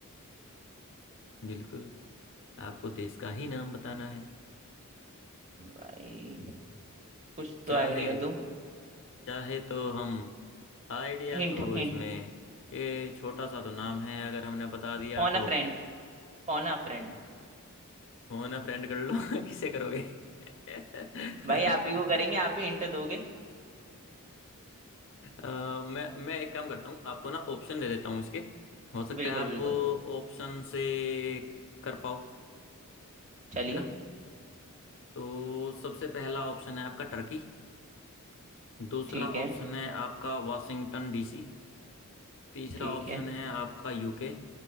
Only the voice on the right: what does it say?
भाई कुछ तो
आइडिया दो
hint
hint
Phone
a friend phone a friend
भाई आप ही को करेंगे आप ही हिंट दोगे
बिल्कुल
बिल्कुल
चलिए
ठीक है
ठीक
है